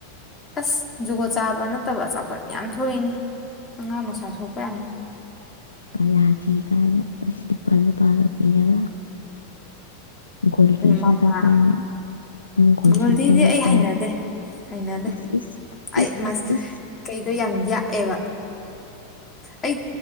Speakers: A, on the left; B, on the left.
A: ꯑꯁ ꯖꯨꯒꯣꯠ ꯆꯥꯕ ꯅꯠꯇꯕ ꯑꯆꯥꯄꯣꯠ ꯌꯥꯝ ꯊꯣꯛꯏꯅꯦ ꯑꯉꯥꯡ ꯃꯁꯥ ꯁꯣꯛꯄ ꯌꯥꯝꯅꯤ
B: ꯀꯂꯥꯖꯤ ꯀꯥꯏꯅ ꯑ ꯂꯨꯄꯥ ꯂꯨꯄꯥꯒ ꯄꯤꯔꯒ ꯒꯣꯜꯗꯤ
A: ꯎꯝꯃꯃ
B: ꯆꯥꯔꯛꯄ꯭ꯔꯅ ꯅꯪ ꯒꯣꯜꯗꯤ
A: ꯒꯣꯜꯗꯤꯗꯤ
B: ꯆꯥꯔꯛꯄ꯭ꯔꯥ
A: ꯑꯩ ꯍꯩꯅꯗꯦ ꯍꯩꯅꯗꯦ
B: ꯏꯁ ꯏꯁ ꯏꯁ
A: ꯑꯩꯁ
B: ꯏꯁ
A: ꯀꯩꯗꯣ ꯌꯥꯝ ꯌꯥꯛꯑꯦꯕ ꯑꯩ